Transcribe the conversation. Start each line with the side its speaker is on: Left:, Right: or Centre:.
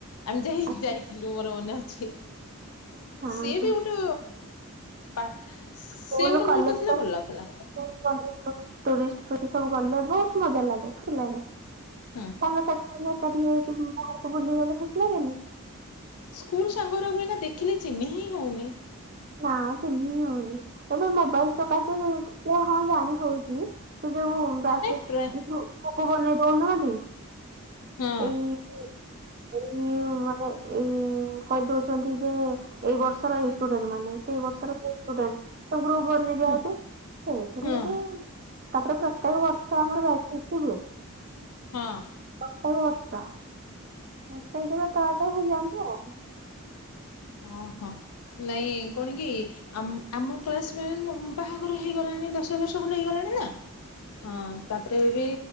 Left: ଆମେ ଯାଇ
Right: ଆଚ୍ଛା
Left: ଯାଇଥିଲୁ ମୋର ମନେ ଅଛି।
Right: ହଁ
Left: ସିଏ ବି ଗୋଟେ ପା ସି
Right: ସ୍କୁଲ
Left: ଗୋଟେ
Right: କଲେଜ
Left: ମୁହୂର୍ତ୍ତ ଥିଲା ଭଲ ଲାଗୁଥିଲା।
Right: <unintelligible> ଟୁରିଷ୍ଟ ଫ ସବୁ ଗଲେ ବହୁତ ମଜା ଲାଗେ ଖୁସି ଲାଗେ।
Left: ହୁଁ।
Right: ତାଙ୍କ ସାଥିେ ଏକାଠି ହେଇ ବାହାରକୁ ବୁଲିବାକୁ ଖୁସି ଲାଗେନି?
Left: ସ୍କୁଲ ସାଙ୍ଗରେ ଭୁଏ ନା ଦେଖିଲେ ଚିହ୍ି ହିଁ ହଉନି।
Right: ନା ଚିନୀ ହଉନି ଏବେ ମୋବାଇଲ ସକାଶେ ଟିକେ ହଁ ଜାଣି ହଉଛି। ଯୋଉବାଚ
Left: ନାଇଁ ପ୍ରା
Right: <unintelligible> ବନେଇ ଦଉନାହାନ୍ତି?
Left: ହଁ
Right: ଏଇ <unintelligible> ଏଇ ମାନେ। ଏଇ କହିଁଦୋଉଛନ୍ତି ଯେ ଏଇ ବର୍ଷର ଏଇ ଷ୍ଟୁଡେଣ୍ଟ ମାନେ ସେଇ ବର୍ଷର ସେଡଣ୍ଟ। ଗ୍ରୁପ୍ ବନେଇ ଦିଆ
Left: ହୁଁ
Right: ହଉଛି ସେଥିରେ
Left: ହଁ
Right: ବୋଧେ ତାପରେ ପତେ ପ୍ରତ୍ୟେକ ବର୍ଷ ଆମର ବ୍ୟାଚ୍ ଫିଷ୍ଟି ହୁଏ।
Left: ହଁ
Right: ପତେକ ବର୍ଷ <unintelligible> ବାଟ ହ ଯାଛୁ ଆଉ।
Left: ଓହୋ ନାଇଁ କଣ କି ଆମ ଆମ କ୍ଲାସମେଟ ବାହାଘର ହେଇଗଲାଣି ଦଶ ବର୍ଷ ଖଣ୍ଡେ ହେଇଗଲାଣି ନା? ହଁ ତାପରେ ବି